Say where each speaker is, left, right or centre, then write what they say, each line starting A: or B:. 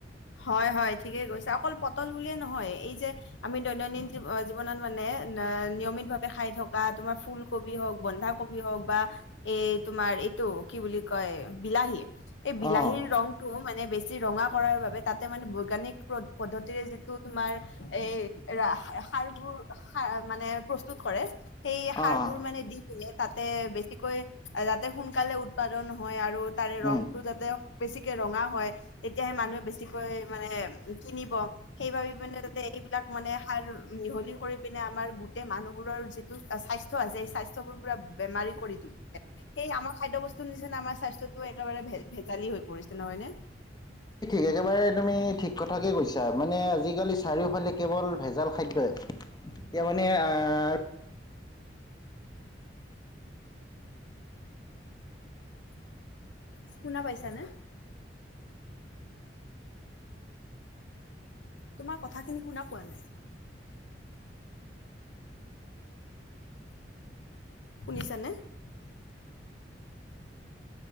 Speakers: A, on the left (about 80°); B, on the left (about 25°).
A: হয়, হয়, ঠিকে কৈছা, অকল পটল বুলিয়ে নহয়, এই যে আমি দৈনন্দিন জীৱ, জীৱনত মানে, নিয়মিতভাৱে খাই থকা তোমাৰ ফুলকবি হওক, বন্ধাক কবি হওক বা এই তোমাৰ এইটো কি বুলি কয় বিলাহী এই বিলাহীৰ
B: অ
A: ৰংতটো মানে বেছি ৰঙা কৰাৰ বাবে তাতে মানে বৈ্ঞানিক প পদ্ধতিৰে যিটো তোমাৰ এই সাৰবোৰ মানে প্ৰস্তুত কৰে সেই
B: অ',
A: সাৰবোৰ মানে দি দলে তাতে বেছিকৈ যাতে সোনকালে উৎপাদন হয় আৰু তাৰে
B: উম।
A: ৰং টো যাতে বেছিকে ৰঙা হয় তেতিয়াহে মানুহে বেছি কৈ মানে কিনিব সেইবাব মানোতে এইবিলাক মানে সাৰ মিহলি কৰি পিনে আমাৰ গোটেই মানুহবোৰৰ যিটো স্বাস্থ্য আছে সেই স্বাস্থ্যবোৰ পুৰা বেমাৰী কৰি ত সেই আমাৰ খাদ্য বস্তুৰ নিচিনা আমাৰ স্বাস্থ্যটো একেবাৰে ভে ভেজালি হৈ পৰিছে নহয় নে?
B: ঠিক একেবাৰে তুমি ঠিক কথাকে কৈছা মানে আজিকালি চাৰিওফালে কেৱল ভেজাল খাদ্যই। এতিয়া মানে আ।
A: শুনা পাইছানে? তোমাৰ কথাখিনি শুনা পোৱা নাই। শুনিছানে?